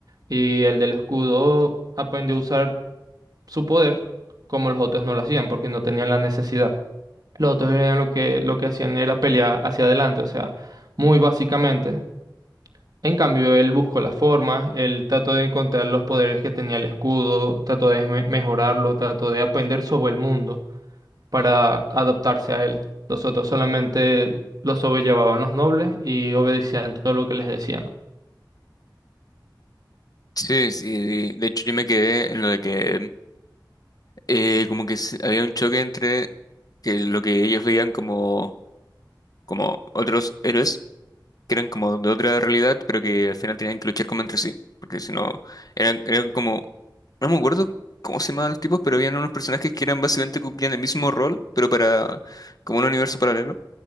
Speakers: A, on the right; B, on the left.
A: y el del escudo aprendió a usar su poder como los otros no lo hacían porque no tenían la necesidad. Los otros eran lo que, lo que hacían era pelear hacia adelante, o sea, muy básicamente en cambio, él buscó las formas, él trató de encontrar los poderes que tenía el escudo, trató de me- mejorarlo, trató de aprender sobre el mundo para adaptarse a él. Los otros solamente los sobrellevaban los nobles y obedecían todo lo que les decían.
B: Sí, sí, de hecho yo me quedé en lo de que eh, como que se- había un choque entre que lo que ellos veían como, como otros héroes, que eran como de otra realidad, pero que al final tenían que luchar como entre sí, porque si no, eran, eran como, no me acuerdo cómo se llamaban los tipos, pero habían unos personajes que eran básicamente cumplían el mismo rol, pero para como un universo paralelo.